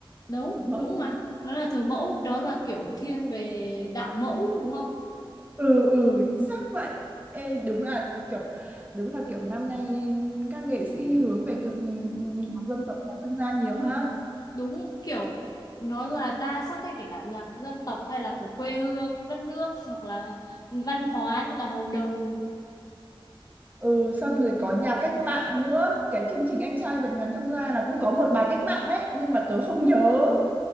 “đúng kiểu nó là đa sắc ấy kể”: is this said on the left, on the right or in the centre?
Left